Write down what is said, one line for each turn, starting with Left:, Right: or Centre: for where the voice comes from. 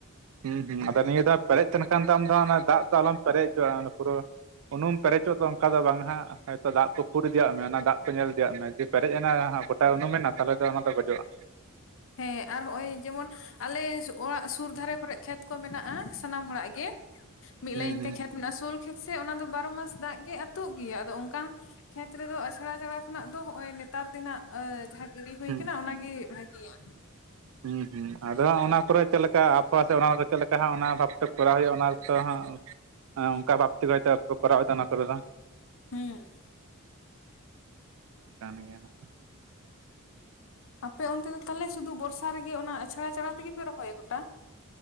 Right: ᱦᱩᱸ ᱦᱩᱸ ᱟᱫᱚ ᱱᱤᱭᱟᱹ ᱫᱚ ᱯᱮᱨᱮᱡ ᱛᱟᱦᱮᱱ ᱠᱷᱟᱱ ᱛᱚ ᱫᱟᱜ ᱫᱚ ᱟᱞᱚᱢ ᱯᱮᱨᱮᱡ ᱦᱚᱪᱚᱣᱟᱜᱼᱟ ᱯᱩᱨᱟᱹ ᱩᱱᱩᱢ ᱯᱮᱨᱮᱪᱚᱜ ᱫᱚ ᱚᱱᱠᱟ ᱫᱚ ᱵᱟᱝ ᱦᱟᱸᱜᱼᱼ ᱦᱳᱭᱛᱳ ᱫᱟᱜ ᱠᱚ ᱯᱷᱩᱲ ᱤᱫᱤᱭᱟᱜ ᱢᱮ ᱚᱱᱟ ᱫᱟᱜ ᱠᱚ ᱧᱮᱞ ᱤᱫᱤᱭᱟᱜ ᱢᱮ ᱡᱩᱫᱤ ᱯᱮᱨᱮᱡ ᱮᱱᱟ ᱦᱟᱸᱜ ᱜᱚᱴᱟᱜᱮ ᱩᱱᱩᱢᱮᱢᱮᱱᱟ ᱛᱟᱦᱞᱮ ᱫᱚ ᱚᱱᱟ ᱫᱚ ᱜᱚᱡᱚᱜᱼᱟ
Left: ᱦᱮᱸ ᱟᱨ ᱦᱚᱸᱜᱼᱚᱭ ᱡᱮᱢᱚᱱ ᱟᱞᱮ ᱚᱲᱟᱜ ᱥᱩᱨ ᱫᱷᱟᱨᱮ ᱠᱚᱨᱮᱜ ᱠᱷᱮᱛ ᱠᱚ ᱢᱮᱱᱟᱜᱼᱟ ᱥᱟᱱᱟᱢ ᱦᱚᱲᱟᱜ ᱜᱮ ᱢᱤᱫ
Right: ᱦᱩᱸ
Left: ᱞᱟᱭᱤᱱ
Right: ᱦᱩᱸ
Left: ᱛᱮ ᱠᱷᱮᱛ ᱢᱮᱱᱟᱜᱼᱟ ᱥᱳᱞ ᱠᱷᱮᱛ ᱥᱮ ᱚᱱᱟ ᱫᱚ ᱵᱟᱨᱚ ᱢᱟᱥ ᱫᱟᱜ ᱜᱮ ᱟᱹᱛᱩᱜ ᱜᱮᱭᱟ ᱟᱫᱚ ᱚᱱᱠᱟᱱ ᱠᱷᱮᱛ ᱨᱮᱫᱚ ᱟᱪᱷᱲᱟ ᱪᱷᱟᱲᱟ ᱠᱷᱚᱱᱟᱜ ᱫᱚ ᱦᱚᱸᱜᱼᱚᱭ ᱱᱮᱛᱟᱨ ᱫᱤᱱᱟᱜ ᱡᱟᱦᱟᱸ ᱜᱤᱲᱤ ᱦᱩᱭ
Right: ᱦᱩᱸ
Left: ᱠᱟᱱᱟ ᱚᱱᱟᱜᱮ ᱵᱷᱟᱹᱜᱮᱭᱟ
Right: ᱦᱩᱸ ᱦᱩᱸ ᱟᱫᱚ ᱦᱟᱸᱜ ᱚᱱᱟ ᱠᱚᱨᱮ ᱪᱮᱫ ᱞᱮᱠᱟ ᱟᱵᱚᱦᱟᱣᱟ ᱥᱮ ᱚᱱᱟ ᱠᱚᱫᱚ ᱪᱮᱫ ᱞᱮᱠᱟ ᱦᱟᱸᱜ ᱚᱱᱟ ᱵᱷᱟᱵᱛᱮ ᱠᱚᱨᱟᱣ ᱦᱩᱭᱩᱜᱼᱟ ᱴ, ᱚᱱᱟ ᱜᱮᱛᱚ ᱦᱟᱸᱜ ᱦᱮᱸ ᱚᱝᱠᱟ ᱵᱟᱵᱽ ᱛᱮᱜᱮ ᱦᱚᱭᱛᱳ ᱟᱯᱮ ᱯᱮ ᱠᱚᱨᱟᱣᱮᱫᱟ ᱚᱱᱟ ᱠᱚᱨᱮ ᱫᱚ
Left: ᱦᱩᱸ᱾
Right: ᱠᱟᱱ ᱜᱮᱭᱟ ᱱᱟᱦᱟᱜ᱾
Left: ᱟᱯᱮ ᱚᱱᱛᱮ ᱫᱚ ᱛᱟᱦᱮᱞᱮ ᱥᱩᱫᱩ ᱵᱚᱨᱥᱟ ᱨᱮᱜᱮ ᱚᱱᱟ ᱟᱪᱷᱟᱲᱟ ᱪᱷᱟᱲᱟ ᱛᱮᱜᱮ ᱯᱮ ᱨᱚᱦᱚᱭᱟ ᱜᱚᱴᱟ?